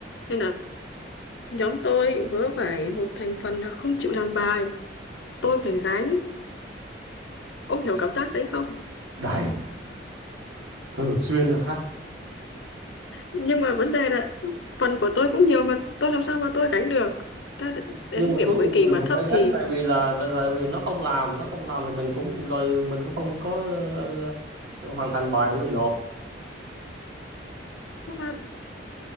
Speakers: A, on the left; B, on the right.
A: Nên là nhóm tôi vớ phải một thành phần là không chịu làm bài. Tôi phải gánh. Ông hiểu cảm giác đấy không?
B: đầy thường xuyên là khác
A: Nhưng mà vấn đề là phần của tôi cũng nhiều mà tôi làm sao mà tôi gánh được. Ta đến
B: nhưng mà
A: điểm
B: cuối
A: cuối
B: cùng
A: kỳ
B: mình
A: mà
B: cũng
A: thấp
B: phải
A: thì...
B: gánh tại vì là tại vì nó không làm nó không làm thì mình cũng rồi mình cũng không có ờ, hoàn thành bài để mình nộp
A: Nhưng mà